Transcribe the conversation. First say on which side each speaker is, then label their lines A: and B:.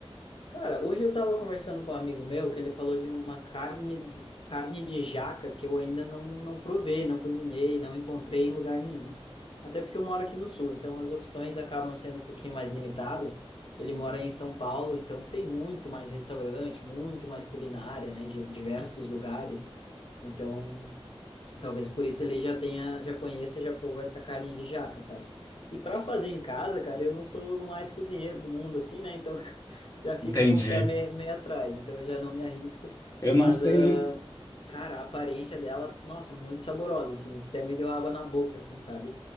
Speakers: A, on the left; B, on the left.
A: Cara, hoje eu tava conversando com um amigo meu que ele falou de uma carne, carne de jaca que eu ainda não, não provei, não cozinhei, não encontrei em lugar nenhum. Até porque eu moro aqui no sul, então as opções acabam sendo um pouquinho mais limitadas. Ele mora em São Paulo, então tem muito mais restaurante, muito mais culinária, né, de diversos lugares. Então Talvez por isso ele já tenha, já conheça, já provou essa carne de jaca, sabe? E para fazer em casa, cara, eu não sou o mais cozinheiro do mundo, assim, né? Então <laughs> já fico
B: Entendi.
A: com o pé meio, meio atrás, então eu já não me arrisco.
B: Eu
A: Mas,
B: não sei
A: ah,
B: nem...
A: cara, a aparência dela, nossa, muito saborosa, assim, até me deu água na boca, assim, sabe?